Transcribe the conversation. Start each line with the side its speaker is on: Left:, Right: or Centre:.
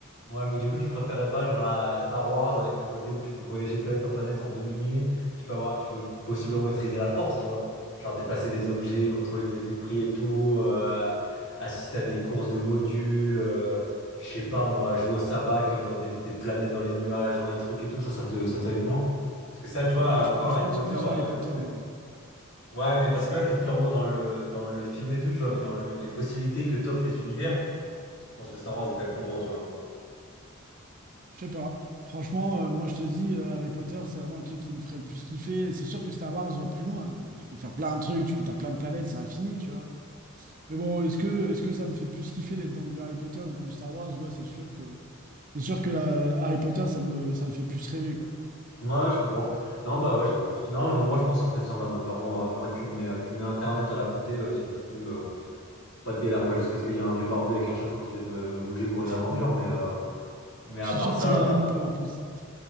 Left: Ouais, mais du coup, tu préférais pas genre la Star Wars avec le côté où tu peux voyager de planète en planète en deux minutes, tu peux avoir, tu peux possiblement maîtriser la force, tu vois. Genre déplacer des objets, contrôler les esprits et tout, euh, assister à des courses de modules, euh, je sais pas moi, jouer au sabac dans des, des planètes dans les nuages, dans les trucs et tout, ça, ça te, ça te hype moins? Parce que ça, tu vois,
Right: Bon,
Left: encore
Right: je pense, je
Left: Harry
Right: pense
Left: Potter,
Right: plus
Left: euh,
Right: à Harry Potter,
Left: je pense que. t-
Right: moi.
Left: Ouais, mais parce que là, t'es purement dans le, dans le film et tout, tu vois, mais dans le- les possibilités que t'offrent les univers. Je pense que Star Wars est quand même plus grand, tu vois.
Right: Je sais pas. Franchement, euh, moi, je te dis, euh, Harry Potter, c'est vraiment le truc qui me ferait le plus kiffer. C'est sûr que Star Wars va plus loin. Euh, Tu peux faire plein de trucs, tu peux, t'as plein de planètes, c'est infini, tu vois. Mais bon, est-ce que, est-ce que ça me fait plus kiffer d'être dans du Harry Potter que dans du Star Wars? Ouais, c'est sûr que C'est sûr que euh, Harry Potter, ça me, ça me fait plus rêver, quoi.
Left: Ouais, je comprends. Non, bah ouais, je comprends aussi. Non, mais moi, je pense que ça serait Sciences Inno. Clairement, euh, moi, tu me mets, euh, tu me mets Internet à la compter, euh, j'y bouge plus. euh, pas de galère, quoi. Jusqu'à ce qu'il y ait un vieux barbu avec un chapeau qui vient de me, me bouger pour une
Right: <laughs>
Left: aventure. Mais, euh, mais à
Right: Je suis
Left: part
Right: sûr que
Left: ça.
Right: t'irais même pas
Left: euh,
Right: en plus.